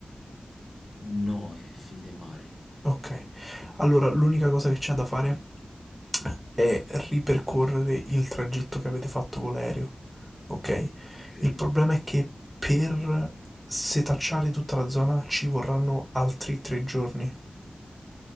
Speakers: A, on the left; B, in the centre.
A: No, è finita in mare.
B: Ok. Allora, l'unica cosa che c'è da fare è ripercorrere il tragitto che avete fatto con l'aereo. Ok?
A: Ok.
B: Il problema è che per setacciare tutta la zona ci vorranno altri tre giorni.